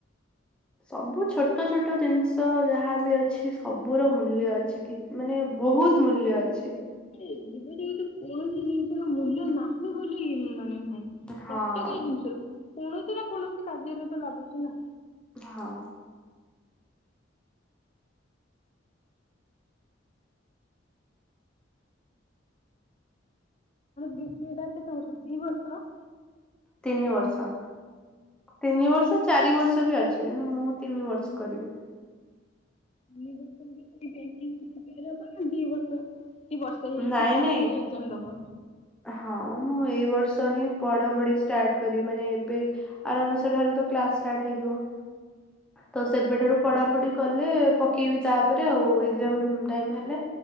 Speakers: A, in the centre; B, on the left.
A: ସବୁ ଛୋଟ ଛୋଟ ଜିନିଷ ଯାହାବି ଅଛି ସବୁର ମୂଲ୍ୟ ଅଛି କି। ମାନେ ବହୁତ ମୂଲ୍ୟ ଅଛି।
B: ଏ ଜୀବନରେ ଯେକୌଣସି ଜିନିଷର ମୂଲ୍ୟ ନାହିଁ ବୋଲି ଇ ମାନେ ନାହିଁ।
A: ହଁ
B: ପ୍ରତେକ ଏଇ ଜିନିଷରୁ କୌଣସି ନା କୌଣସି କାର୍ଯ୍ୟରେ ତ ଲାଗୁଛି ନା।
A: ହଁ।
B: ବିଶ <unintelligible> ଚଉଷ ଦିବର୍ଷ।
A: ତିନି ବର୍ଷ, ତିନି ବର୍ଷ। ତ ଚାରି ବର୍ଷ ବି ଅଛି ଏଣୁ ମୁଁ ତିନି ବର୍ଷ କରିବି।
B: ତିନି ବର୍ଷ <unintelligible> ଦି ବର୍ଷ। କି ବର୍ଷେ ହେଇଛି
A: ନାଇଁ
B: ତା
A: ନାଇଁ
B: ଭିତରେ ଏକ୍ଜାମ ଦବ।
A: ହଁ ମୁଁ ଏଇ ବର୍ଷ ହିଁ ପଢା ପଢି ଷ୍ଟାର୍ଟ କରି ମାନେ ଏବେ। ଆରମାସ ଠାରୁ ତ କ୍ଲାସ ଷ୍ଟାର୍ଟ ହେଇଯିବ।
B: ହ
A: ତ ସେବେଠାରୁ ପଢା ପଢି କଲେ ପକେଇବି ତାପରେ ଆଉ ଏଜାମ ଟାଇମ୍ ହେଲେ।